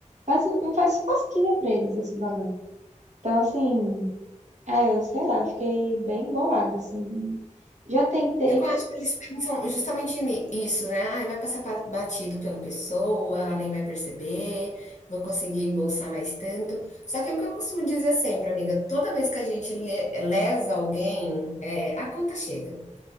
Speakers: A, on the right; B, on the left.
A: Faz, não faz cosquinha pra eles esse valor. Então, assim, é, eu sei lá, eu fiquei bem bolada, assim. Já tentei.
B: É que eu acho que eles pensam justamente nisso, né? Ai, vai passar pa- batido pela pessoa, ela nem vai perceber, vou conseguir embolsar mais tanto. Só que é o que eu costumo dizer sempre, amiga, toda vez que a gente le- lesa alguém, é, a conta chega.